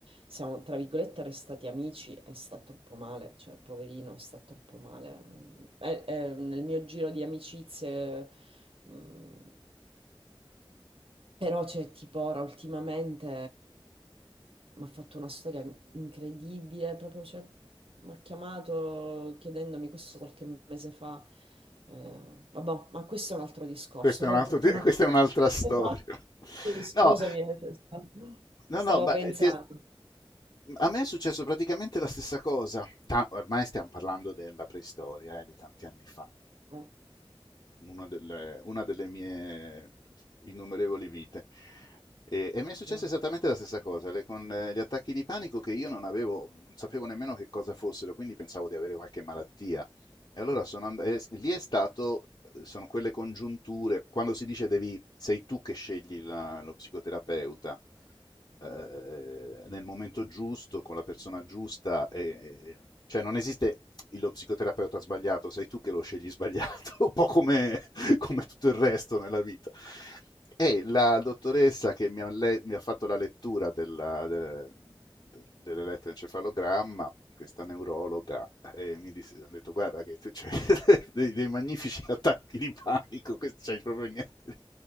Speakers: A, on the right; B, on the left.
A: siamo, tra virgolette, restati amici e sta troppo male, cioè, poverino, sta troppo male. Mm. Eh, eh, nel mio giro di amicizie, mm, però c'è tipo ora ultimamente mi ha fatto una storia incredibile, proprio cioè, mi ha chiamato chiedendomi questo qualche mese fa. Eh, vabbè, ma questo è un altro discorso.
B: Questa
A: Comunque,
B: è, un altro,
A: poi ma-
B: questa è un'altra storia.
A: Esatto. Sì, scusami,
B: No,
A: eh, cioè, stavo
B: no,
A: stavo
B: no, ma
A: pensando.
B: ti- a me è successo praticamente la stessa cosa. Ta- ormai stiamo parlando della preistoria, eh, di tanti anni fa.
A: Eh,
B: Una delle, una delle mie innumerevoli vite. E, e mi è successa
A: no,
B: esattamente la stessa cosa, le- con eh, gli attacchi di panico che io non avevo, non sapevo nemmeno che cosa fossero, quindi pensavo di avere qualche malattia e allora sono and- e s- lì è stato, sono quelle congiunture, quando si dice devi, sei tu che scegli la- lo psicoterapeuta, eh, nel momento giusto, con la persona giusta, e- e- cioè non esiste il- lo psicoterapeuta sbagliato, sei tu che lo scegli sbagliato, <laughs> un po' come, come tutto il resto nella vita. E la dottoressa che mi ha, le- mi ha fatto la lettura della- de- dell'elettroencefalogramma questa neurologa eh, mi disse, ho detto guarda che c'è <laughs> dei, dei magnifici <laughs> attacchi di panico, questo c'è proprio niente. <laughs>